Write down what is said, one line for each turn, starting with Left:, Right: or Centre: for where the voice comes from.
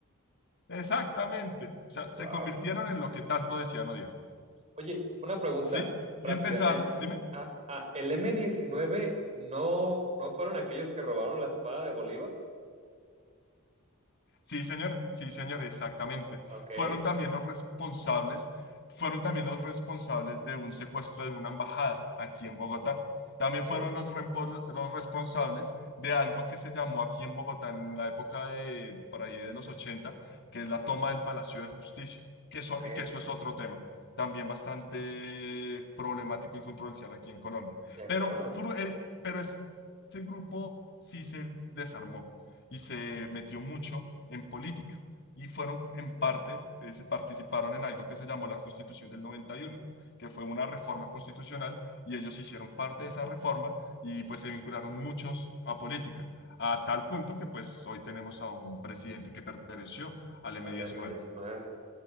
Left: exactamente. O sea, se
Right: Wow.
Left: convirtieron en lo que tanto decían odiar,
Right: Oye, una pregunta
Left: ¿sí? Y
Right: rápida.
Left: empezaron,
Right: El,
Left: dime.
Right: ah, ah, el m diecinueve no, no fueron aquellos que robaron la espada de Bolívar.
Left: Sí, señor, sí, señor, exactamente.
Right: Ok,
Left: Fueron también los responsables, fueron también los responsables de un secuestro de una embajada aquí en Bogotá. También
Right: ok,
Left: fueron los, rempo- los responsables de algo que se llamó aquí en Bogotá en la época de, por ahí de los 80, que es la toma del Palacio de Justicia, que eso,
Right: ok,
Left: que eso es otro tema, también bastante problemático y controversial aquí en Colombia.
Right: de acuerdo.
Left: Pero, fru- eh, eh, pero es- ese grupo sí se desarmó y se metió mucho en política y fueron en parte, eh, se participaron en algo que se llamó la Constitución del noventa y uno que fue una reforma constitucional y ellos hicieron parte de esa reforma y pues se vincularon muchos a política, a tal punto que pues hoy tenemos a un presidente que perteneció al m
Right: Al
Left: diecinueve
Right: m diecinueve.